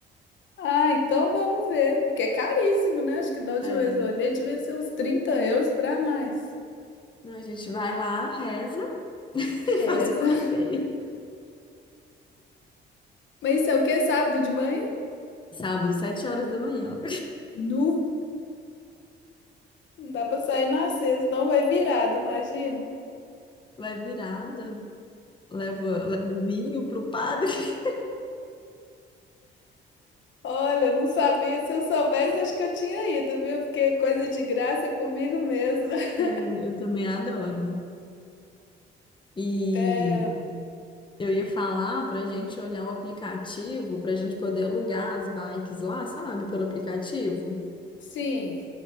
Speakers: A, on the left (about 70°); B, on the left (about 25°).
A: Ah, então vamos ver. Porque é caríssimo, né? Acho que da última
B: É.
A: vez eu olhei, devia ser uns 30 euros para mais.
B: Não, a gente vai lá, reza <laughs> e
A: Reza.
B: faz o passeio.
A: Mas isso é o quê? Sábado de manhã?
B: Sábado, sete horas da manhã.
A: Nu. Não dá pra sair na sexta, não vai virado, imagina.
B: Vai virada, leva, leva o vinho pro padre. <laughs>
A: Olha, eu não sabia. Se eu soubesse, acho que eu tinha ido, viu? Porque é coisa de graça comigo mesmo. <laughs>
B: É, eu também adoro. E
A: É,
B: eu ia falar pra gente olhar o aplicativo, pra gente poder alugar as bikes lá, sabe, pelo aplicativo.
A: Sim,